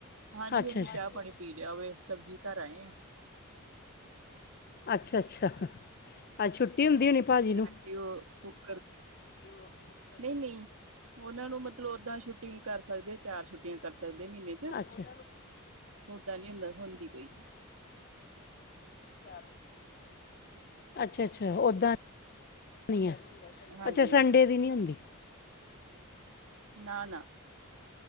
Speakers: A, on the right; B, on the left.
A: ਹਾਂਜੀ-ਹਾਂਜੀ,
B: ਅੱਛਾ ਅੱਛਾ
A: ਚਾਹ ਪਾਣੀ ਪੀ ਲਿਆ ਵੇ, ਸਬਜ਼ੀ ਧਰ ਆਏ ਆ।
B: ਅੱਛਾ-ਅੱਛਾ, ਅਹ, ਅੱਜ ਛੁੱਟੀ ਹੁੰਦੀ ਹੋਣੀ ਭਾਜੀ ਨੂੰ।
A: ਹਾਂਜੀ ਉਹ ਕੁੱਕਰ
B: ਡੀਓ ਖੂ ਕੁੱਕਰ
A: ਨਹੀਂ
B: <inaudible>
A: ਨਹੀਂ ਉਹਨਾਂ ਨੂੰ ਮਤਲਬ, ਓਦਾਂ ਛੁੱਟੀਆਂ ਕਰ ਸਕਦੇ ਚਾਰ ਛੁੱਟੀਆਂ ਕਰ ਸਕਦੇ ਮਹੀਨੇ-
B: ਅੱਛਾ
A: ਓਦਾਂ ਨੀ ਹੁੰ ਹੁੰਦੀ ਪਈ।
B: ਜਾ ਅੱਛਾ-ਅੱਛਾ ਓਦਾਂ ਨੀ ਆ
A: ਹਾਂਜੀ
B: ਅੱਛਾ, ਸੰਡੇ
A: ਹਾਂਜੀ
B: ਦੀ ਨਹੀਂ ਹੁੰਦੀ।
A: ਨਾ-ਨਾ